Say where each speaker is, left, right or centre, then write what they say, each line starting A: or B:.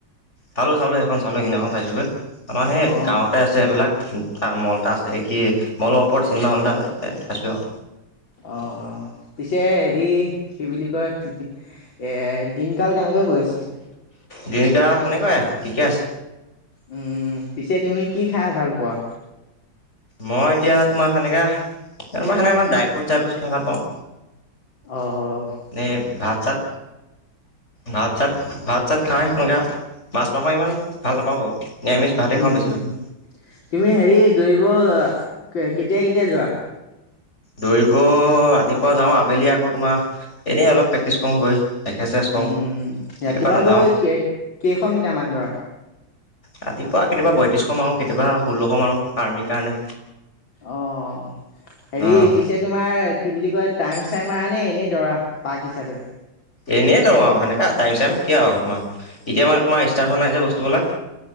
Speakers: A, on the left (about 35°); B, on the left (about 80°).
A: চালোঁ চালোঁ সেইখন চালোঁ সেইদিনাখন চাইছোঁগৈ আমাৰ সেই
B: অ অ
A: গাঁৱতে আছে এইবিলাক- তাৰ মল এটা আছে কি মলৰ ওপৰত চিনেমা হ'ল এটা আছে তাতে চাইছোঁ আও।
B: অঁ অঁ পিছে হেৰি কি বুলি কয়- এ দিনকাল কেনেকে গৈ আছে?
A: দিনকাল সেনেকুৱাই ঠিকে আছে।
B: উম' পিছে তুমি কি খাই ভাল পোৱা?
A: মই এতিয়া তোমাৰ সেনেকে ময় সেনেকে নহ ড্ৰাই ফ্ৰুট চাই ফ্ৰুট খাই ভাল পাওঁ।
B: অঅ'
A: নে ভাত চাত? ভাত চাত ভাত চাত খাই সেনেকুৱা মাছ মাংস ইমান ভাল নাপাওঁ ময়, নিৰামিষ- ভাতে খাওঁ
B: উম
A: বেছিভাগ।
B: উম' তুমি হেৰি দৌৰিব কেতিয়া কেতিয়া যোৱা?
A: দৌৰিব ৰাতিপুৱা যাওঁ আবেলি আকৌ তোমাৰ এনেই অলপ প্ৰেক্টিছ কৰোঁগৈ। এক্সাৰচাইজ কৰোঁ
B: উম উম'
A: কেতিয়াবা
B: ৰাতিপুৱা
A: নাযাওঁ
B: গৈ কেইশ মিটাৰ মান দৌৰা?
A: ৰাতিপুৱা কেতিয়াবা বয়ত্ৰিশ মাও কেতিয়াবা ষোল্লশ মাৰোঁ আৰ্মীৰ কাৰণে।
B: অঁ হেৰি
A: অঁ
B: পিছেত- তোমাৰ কি বুলি কয় টাইম চাইম মাৰানে এনেই দৰা পাৰ্ক হিচাপে?
A: এনেই দৌৰো আও সেনেকে আও টাইম চাইম কি আৰু তোমাৰ। এতিয়া মানে তোমাৰ ষ্টাৰ্ট হোৱা নাই যে বস্তুবিলাক।